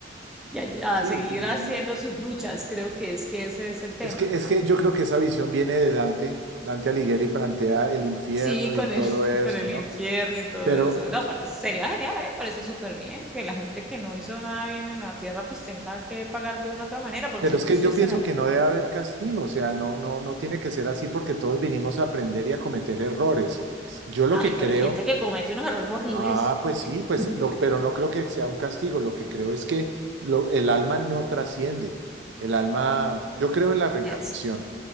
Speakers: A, in the centre; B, on the right.
A: y a-
B: Sí,
A: a seguir
B: y
A: haciendo sus luchas, creo que es que ese es el tema.
B: es que, es que yo creo que esa visión viene de Dante. Dante Alighieri plantea el infierno
A: Sí, con
B: y todo
A: el, <laughs>
B: esto,
A: con el
B: ¿no?
A: infierno y todo
B: Pero,
A: eso. No, parece, sería genial, ¿eh? Parece súper bien que la gente que no hizo nada bien en la tierra pues tenga que pagar de una u otra manera, porque
B: pero
A: si
B: es
A: tú
B: que
A: estuviste
B: yo pienso
A: en la...
B: que no debe haber castigo, o sea, no, no, no tiene que ser así porque todos vinimos a aprender y a cometer errores. Yo lo
A: Ay,
B: que
A: pero
B: creo
A: hay gente que comete unos errores horribles.
B: Ah, pues sí, pues
A: <laughs>
B: lo, pero no creo que sea un castigo. Lo que creo es que lo- el alma no trasciende. El alma, yo creo en la reencarnación
A: ¿Qué hace?